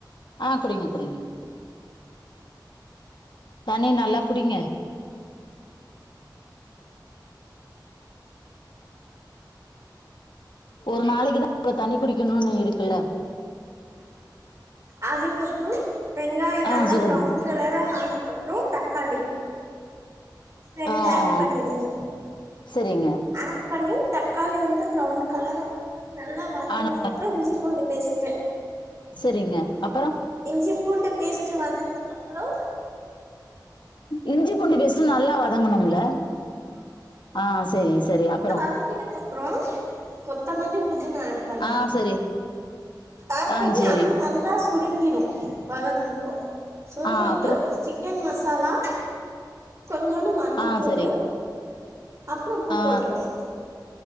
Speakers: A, on the left; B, on the right.
A: ஆ குடிங்க குடிங்க தண்ணி நல்லா குடிங்க ஒரு நாளைக்கு தா இவ்ளோ தண்ணி குடிக்குணுனு இருக்குல்ல
B: அதுக்கப்றோ வெங்காயோ
A: ஆ
B: நல்லா
A: சொல்லுங்க
B: ப்ரவுன் கலரா ஆனக்கப்றோ தக்காளி ரெண்டு
A: ஆ
B: ஆட்
A: ஆ
B: பண்ணிருந்தே
A: சரிங்க
B: ஆட் பண்ணி தக்காளி வந்து ப்ரவுன் கலரு நல்லா வதங் வதங்னக்கப்றோ
A: ஆனா
B: இஞ்சி பூண்டு பேஸ்ட்டு
A: செரிங்க அப்பறோ
B: இஞ்சி பூண்டு பேஸ்ட்டு வதங்னக் அப்றோ
A: இஞ்சி பூண்டு பேஸ்ட்டு நல்லா வதங்கணும்ல ஆ செரி செரி அப்றோ
B: வதக்கினக் அப்றோ கொத்தமல்லி புதினா ஆட் பண்ணனு
A: ஆ செரி
B: ஆட்
A: ஆ
B: பண்ணி
A: செரி
B: அதுவு நல்லா சுருங்கிரு வதங்குனப்போ சுருங்கிது
A: ஆ அப்புறோ
B: சிக்கன் மசாலா கொஞ்சோனு மஞ்சத்தூளு
A: ஆ செரி
B: அப்றோ உப்பு
A: ஆ
B: போட்ரனு